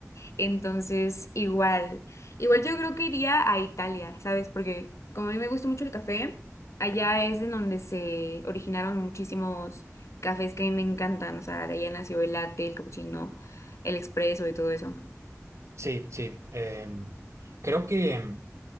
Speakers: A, on the left (about 60°); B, on the right (about 60°).
A: Entonces, igual, igual yo creo que iría a Italia, ¿sabes? Porque como a mí me gusta mucho el café, allá es en donde se originaron muchísimos cafés que a mí me encantan, o sea, de allá nació el latte, el cappuccino, el expreso y todo eso.
B: Sí, sí. em, creo que em,